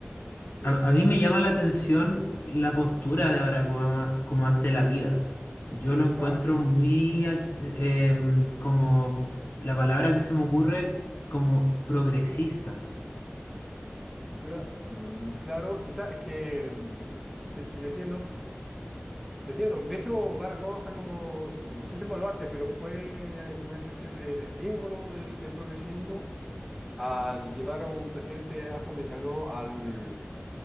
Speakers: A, in the centre; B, on the left.
A: eh,
B: A, a mí me llama la atención la postura de Barack Obama como ante la vida. Yo lo encuentro
A: Ya.
B: muy, ac- eh, em, como la palabra que se me ocurre, como progresista
A: cla- mm, claro, quizás es que, em, en- te entiendo. Te entiendo. De hecho, Barack Obama fue como, no sé si un baluarte, pero fue como una especie de, de símbolo del, del progresismo al llevar a un presidente afroamericano al,